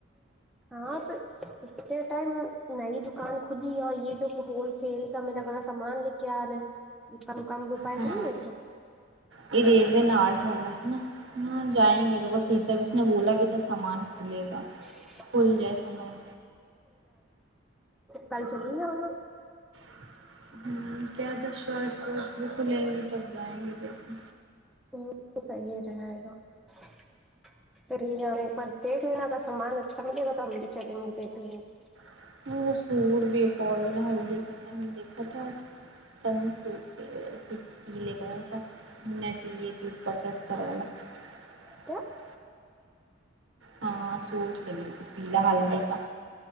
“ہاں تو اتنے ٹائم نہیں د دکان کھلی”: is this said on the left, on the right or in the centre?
Centre